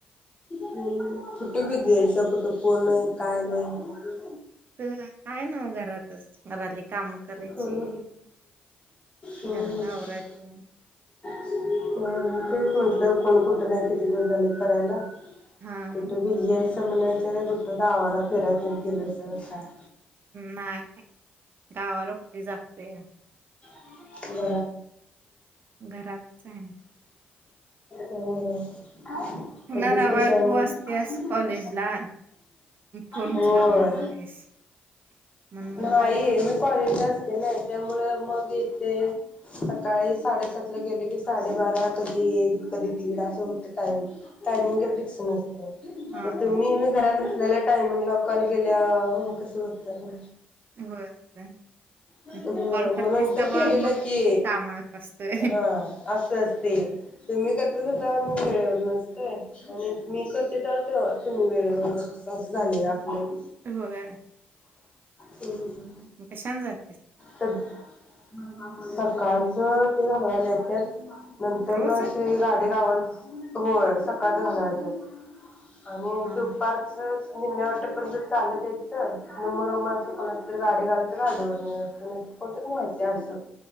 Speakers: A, on the left; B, on the right.
A: हं. फुटो भी दयायचा कुठं फोन नाही काय नाही.
B: तर हाय नव्हं घरातच घरातली काम करायची
A: हम्म हम्म
B: घरातलं
A: हम्म
B: आवरायच.
A: तेच म्हंटलं फोन कुठं नाही किती दिवस झालं करायला.
B: हा
A: कुठ
B: हा
A: बिजी हाईस. <unintelligible> कुठं गावाला फिराय तेनं गेलायसा का काय?
B: नाही. गावाला कुठं ली जात्या.
A: <unintelligible> हो.
B: घरातच आहे ना.
A: हं हं.
B: तुला
A: तबेत
B: लावा
A: कशी हाय
B: तू असतेस
A: मगं?
B: कॉलेजला फोन
A: होय.
B: उचलत नाहीस. म्हणून
A: नाही
B: मग
A: मी कॉलेजलाच- - ते नाही त्यामुं मग येथे सकाळी साडेसातला गेलं की साडेबारा कधी एक कधी दीड असं होतं टाइम टायमिंग काय फिक्स नसतयं.
B: हा
A: मग तुम्ही
B: हा
A: मी घरात नसलेला -- टायमिंगला कॉल केल्याव म कस होत ना.
B: होय काय.
A: ह
B: तू
A: मग
B: कॉल करतेस
A: नंतर
B: तेव्हा
A: केलेलं
B: मग
A: की
B: मी कामात असतोय.
A: हा, असं अस ते तुम्ही करतच होता. मीे -- <unintelligible> नसतोय आणि मी करते तुम्ही वेळेवर नसता असं झालेलं आप लं.
B: होय
A: हम्.
B: कशान जाय
A: तर <unintelligible> सकाळचं ते घालवायला येत्यात. नंतरन
B: रोज?
A: असे हे गाडी गाव -- होय. सकाळचं घालवायला येत्यात. आणि
B: हा
A: दुपारचचं- - निम्म्या वाटपर्यंत चालत यायचं तितनं <unintelligible> कोणाचं तरी गाडी गावली -- तर गाडीवरन यायचं नाहीतर कोणतर न्हायं येतयं अस